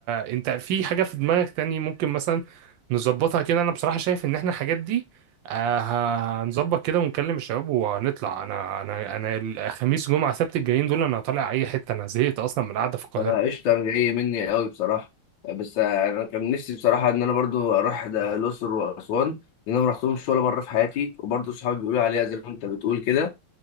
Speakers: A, on the right; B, on the left.
A: انت في حاجه في دماغك تاني ممكن مثلا نظبطها كده انا بصراحه شايف ان احنا الحاجات دي آه، ه- هنظبط كده ونكلم الشباب وهنطلع انا انا انا الخميس جمعه سبت الجايين دول انا طالع اي حته انا زهقت اصلا من القعده في القاهره
B: أنا قشطة جاي مني قوي بصراحة بس أنا كان نفسي بصراحة إن أنا برضو أروح ده الأقصر وأسوان لأن أنا مرحتهمش ولا مرة في حياتي وبرضو صحابي بيقولوا عليها زي ما أنت بتقول كده